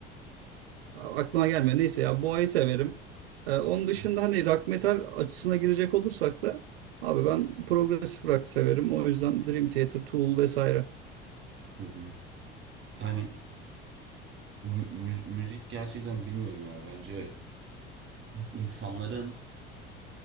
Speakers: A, on the right (about 75°); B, on the right (about 40°).
A: Aklına gelmiyor. Neyse ya Boğa'yı severim. Ee, onun
B: Hı hı.
A: dışında hani rock metal açısına girecek olursak da abi ben progresif rock severim. O yüzden Dream Theater, Tool vesaire.
B: Hı hı. Yani mü- mü- müzik gerçekten bilmiyorum yani. Bence insanların